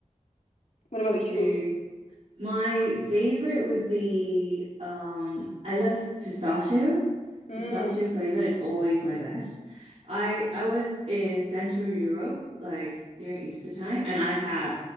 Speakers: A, on the left; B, on the right.
A: What
B: Me
A: about
B: too.
A: you?
B: My favorite would be um I love pistachio.
A: Mm.
B: Pistachio flavor is always my best. I I was in Central Europe like during Easter time and I had